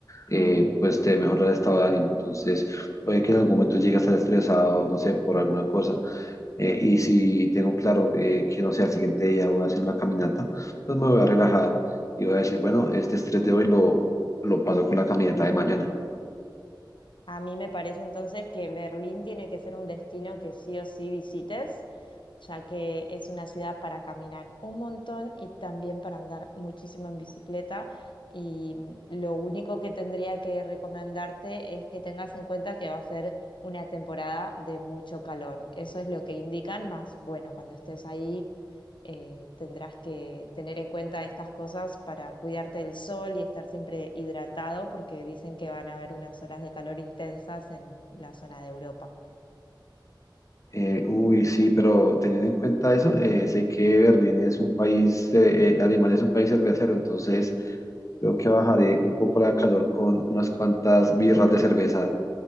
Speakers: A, on the left; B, on the left.
A: eh, pues te mejora el estado de ánimo. Entonces, puede que en algún momento llegue a estar estresado, no sé, por alguna cosa. eh, y si tengo claro eh, que, no sé, al siguiente día voy a hacer una caminata, pues me voy a relajar y voy a decir, bueno, este estrés de hoy lo, lo paso con la caminata de mañana.
B: A mí me parece entonces que Berlín tiene que ser un destino que sí o sí visites, ya que es una ciudad para caminar un montón y también para andar muchísimo en bicicleta. Y lo único que tendría que recomendarte es que tengas en cuenta que va a ser una temporada de mucho calor. Eso es lo que indican, más bueno, cuando estés ahí eh, tendrás que tener en cuenta estas cosas para cuidarte del sol y estar siempre hidratado porque dicen que van a haber unas olas de calor intensas en la zona de Europa.
A: Eh, uy, sí, pero teniendo en cuenta eso, eh, sé que Berlín es un país, eh, eh, Alemania es un país cervecero, entonces creo que bajaré un poco la calor con unas cuantas birras de cerveza